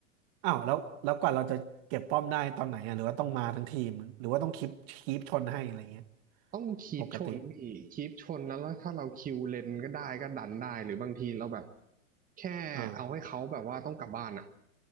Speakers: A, on the right; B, on the right.
A: อ้าวแล้วแล้วกว่าเราจะเก็บป้อมได้ตอนไหนอ่ะหรือว่าต้องมาทั้งทีมหรือว่าต้องคีปคีปชนให้อะไรเงี้ย
B: ต้องคีปชนพี่คีปชนแล้วแล้วถ้าเราคิวเลนก็ได้ก็ดันได้หรือบางทีเราแบบ
A: ปกติ
B: แค่เอาให้เขาแบบว่าต้องกลับบ้านอะ
A: อ่า